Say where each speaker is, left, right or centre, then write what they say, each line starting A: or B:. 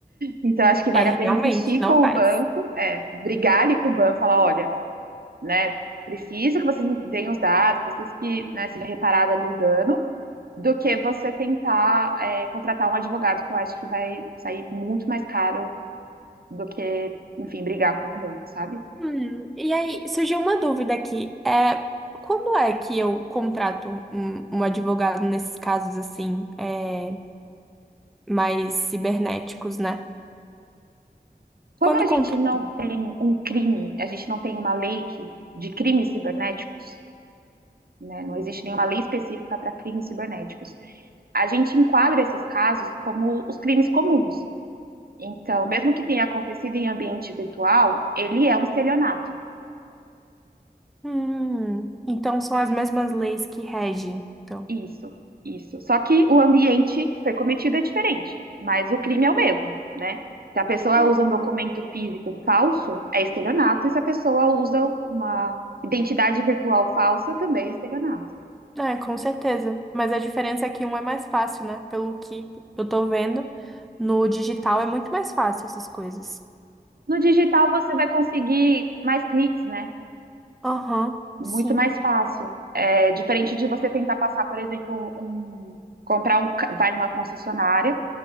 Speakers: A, on the right; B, in the centre.
A: Então, acho que vale
B: É,
A: a pena
B: realmente,
A: insistir com
B: não faz.
A: o banco, é, brigar ali com o banco, falar, olha, né, preciso que vocês me deem os dados, preciso que, né, seja reparado ali o dano, do que você tentar, é, contratar um advogado, que eu acho que vai sair muito mais caro do que, enfim, brigar com o banco, sabe?
B: Hum, E aí, surgiu uma dúvida aqui. É, quando é que eu contrato um, um advogado nesses casos, assim, é, mais cibernéticos, né?
A: Como
B: Quando
A: a gente
B: contrato.
A: não tem um crime, a gente não tem uma lei que, de crimes cibernéticos, né? Não existe nenhuma lei específica para crimes cibernéticos. A gente enquadra esses casos como os crimes comuns. Então, mesmo que tenha acontecido em ambiente virtual, ele é um estelionato.
B: Hum, então são as mesmas leis que regem, então.
A: Isso, isso. Só que o ambiente que foi cometido é diferente, mas o crime é o mesmo, né? Se a pessoa
B: Hum,
A: usa um documento físico falso, é estelionato, e se a pessoa usa uma identidade virtual falsa, também é estelionato.
B: É, com certeza. Mas a diferença é que um é mais fácil, né? Pelo que eu tô vendo, no digital é muito mais fácil essas coisas.
A: No digital, você vai conseguir mais cliques, né?
B: Aham,
A: Muito
B: sim.
A: mais fácil. É diferente de você tentar passar, por exemplo, um, comprar um, ca- vai numa concessionária,